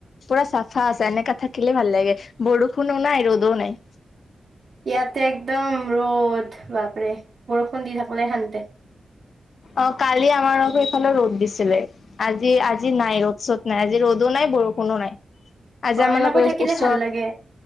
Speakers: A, on the left; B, on the right.
A: পুৰা চাফা আছে এনেকা থাকিলে ভাল লাগে বৰষুণো নাই ৰ'দও নাই।
B: ইয়াতে একদম ৰ'দ বাপৰে, বৰষুণ দি থাকিলে শান্তি।
A: অ কালি আমাৰো এইফালে ৰ'দ দিছিলে আজি আজি নাই ৰ'দ। চ'ত নাই আজি ৰ'দো নাই, বৰষুণো নাই আজি
B: অ
A: আমাৰলোকৰ
B: এনেকৈ থাকিলে
A: ওচৰত
B: ভাল লাগে।